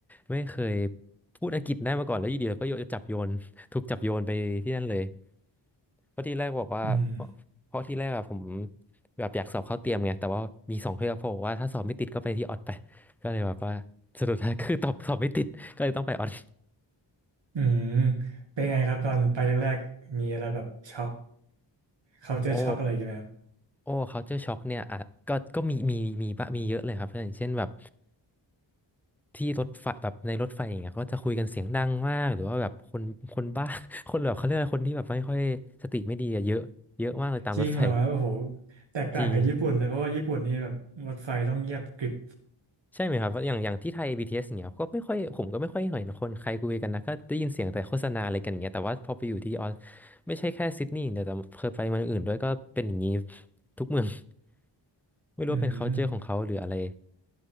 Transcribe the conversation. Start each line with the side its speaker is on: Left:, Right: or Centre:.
Centre: ไม่เคยพูดอังกฤษได้มาก่อนแล้วอยู่ดีเราก็โยนจับโยน <laughs> ถูกจับโยนไปที่นั่นเลยเพราะที่แรกบอกว่าเพราะเพราะที่แรกอะผม
Right: อืม
Centre: แบบอยากสอบเข้าเตรียมไงแต่ว่ามีสองเทือกเพราะว่าถ้าสอบไม่ติดก็ไปที่ออดไปก็เลยแบบว่าสรุป <laughs> ท้ายคือตอบสอบไม่ติดก็เลยต้องไปออด
Right: อืมเป็นไงครับตอนไปแรกๆ มีอะไรแบบช็อกเขาเจอช็อกอะไรอยู่างเงี้ยไหมครับ
Centre: โอ้ โอ้ culture shock เนี่ยอ่ะก็ก็มีมีมีบะมีเยอะเลยครับเพื่อนอย่างเช่นแบบที่รถไฟแบบในรถไฟอย่างเงี้ยเขาก็จะคุยกันเสียงดังมากหรือว่าแบบคนคนบ้า <laughs> คนแบบเขาเรียกอะไรคนที่แบบไม่ค่อยสติไม่ดีอะเยอะเยอะมากเลยตามรถไฟ
Right: จริงเหรอครับโอ้โห แตกต่างกับญี่ปุ่นเลยเพราะว่าญี่ปุ่นนี่แบบรถไฟต้องเงียบกริบ
Centre: จริงใช่ไหมครับอย่างอย่างที่ไทย BTS อสอย่างเงี้ยก็ไม่ค่อยผมก็ไม่ค่อยเห็นคนใครคุยกันนะก็ได้ยินเสียงแต่โฆษณาอะไรกันอย่างเงี้ยแต่ว่าพอไปอยู่ที่ออสไม่ใช่แค่ซิดนีย์อย่างเดียวแต่เคยไปเมืองอื่นด้วยก็เป็นอย่างนี้ทุกเมือง <laughs> ไม่รู้ว่าเป็น
Right: อืม
Centre: culture ของเขาหรืออะไร